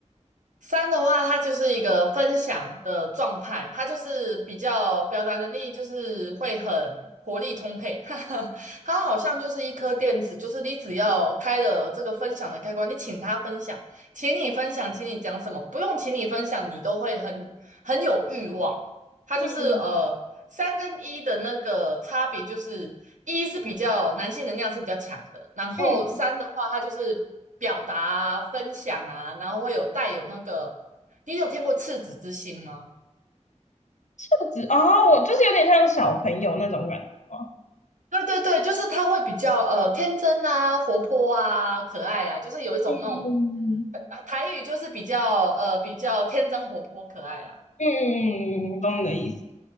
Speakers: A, on the right; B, on the left.
A: 三的话，它就是一个分享的状态，它就是比较表达能力，就是会很活力充沛。<laughs> 哈哈，它好像就是一颗电池，就是你只要开了这个分享的开关，你请它分享，请你分享，请你讲什么，不用请你分享，你都会很很有欲望。它就是呃三跟一的那个差别就是一是比较男性能量是比较强的，
B: 嗯
A: 然后三的话，
B: 嗯
A: 它就是表达啊、分享啊，然后会有带有那个，你有听过赤子之心吗？
B: 特质哦，我就是有点像小朋友那种感觉吗？
A: 对对对，就是他会比较呃天真啊、活泼啊、可爱啊，就是有一种那种
B: 嗯嗯
A: 呃台语就是比较呃比较天真活泼可爱啦。
B: 嗯，懂你的意思。